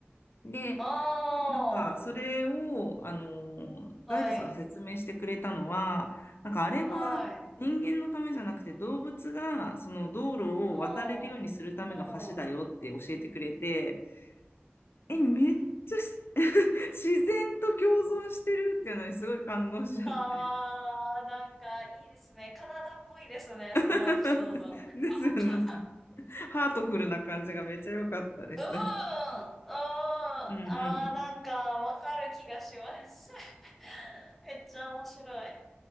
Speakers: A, on the left (about 65°); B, in the centre.
A: で、
B: あ
A: なんかそれを、あのーガイドさんが説明してくれたのは、
B: あ。はい。
A: なんかあれは人間のためじゃなくて動物がその道路を渡れるようにするための橋だよって教えてくれて、
B: はい。ああ。うん。
A: え、めっちゃし <laughs> 自然と共存してるっていうのにすごい感動しちゃって。
B: あー、なんかいいですね。カナダっぽいですね、
A: <laughs>
B: そのエピソード。
A: ですよね。
B: <laughs>
A: なんかハートフルな感じがめっちゃ良かったです。
B: うん、うん、
A: うん
B: あー、
A: うん
B: なんかわかる気がします。<laughs> めっちゃ面白い。